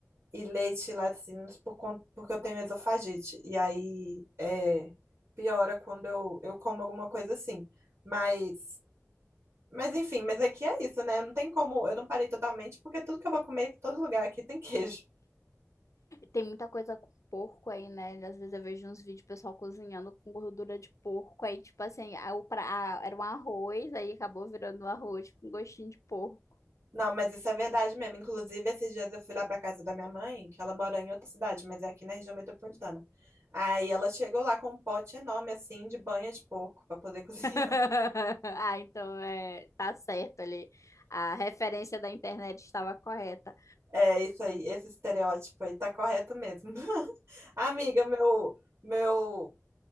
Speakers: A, on the right (about 60°); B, on the left (about 70°).
A: e leite e laticínios por conta, porque eu tenho esofagite. E aí é, piora quando eu, eu como alguma coisa assim. Mas, mas enfim, mas aqui é isso, né? Não tem como, eu não parei totalmente, porque tudo que eu vou comer, todo lugar aqui tem queijo.
B: Tem muita coisa com porco aí, né? Às vezes eu vejo uns vídeos pessoal cozinhando com gordura de porco. Aí, tipo assim, a, o pra, a- era um arroz, aí acabou virando um arroz com gostinho de porco.
A: Não, mas isso é verdade mesmo. Inclusive, esses dias eu fui lá pra casa da minha mãe, que ela mora em outra cidade, mas é aqui na região metropolitana. Aí ela chegou lá com um pote enorme, assim, de banha de porco pra poder <laughs> cozinhar.
B: <laughs> Ah, então é, tá certo ali. A referência da internet estava correta.
A: É isso aí, esse estereótipo aí tá correto mesmo. <laughs> Amiga, meu, meu